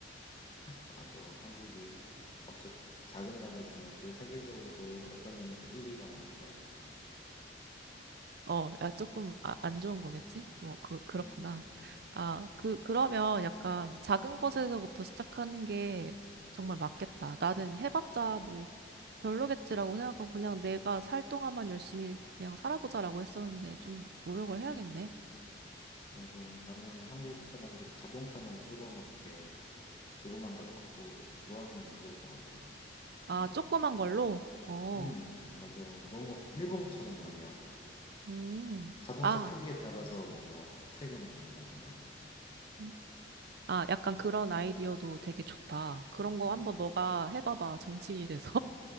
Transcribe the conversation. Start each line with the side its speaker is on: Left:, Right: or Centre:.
Left: 맞아. 한국이 어차 작은 나라지만 또 세계적으로 어떤 면에서 1위가 많더라고.
Right: 어, 야, 조금 아, 안 좋은 거겠지? 어, 그, 그렇구나.
Left: 음,
Right: 아, 그, 그러면 약간 작은 것에서부터 시작하는 게 정말 맞겠다. 나는 해봤자 뭐 별로겠지라고 생각하고 그냥 내가 살 동안만 열심히 그냥 살아보자라고 했었는데 좀 노력을 해야겠네.
Left: 음, 맞아. 나는 한국 사람들이 자동차만 조그맣게, 조그만 걸 바꾸게 좀 도와주면 좋을 것 같아.
Right: 아,
Left: 음.
Right: 조그만 걸로? 어,
Left: 음, 맞아. 너무 일본처럼 말이야.
Right: 음,
Left: 자동차
Right: 아,
Left: 크기에 따라서 뭔가 세금을 준다거나
Right: 음.
Left: 음,
Right: 아, 약간 그런
Left: 그렇게 뭐
Right: 아이디어도 되게 좋다. 그런 거 한번
Left: 어,
Right: 너가 해봐봐, 정치인이 돼서.